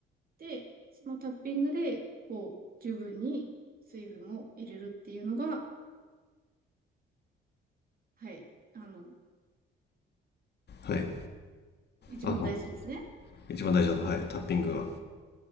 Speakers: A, on the right (about 45°); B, on the left (about 55°).
A: で、そのタッピングで、こう、十分に水分を入れるっていうのが、はい、あの、
B: はい。
A: 一番大事ですね。
B: あの、一番大事だと、はい、タッピングが。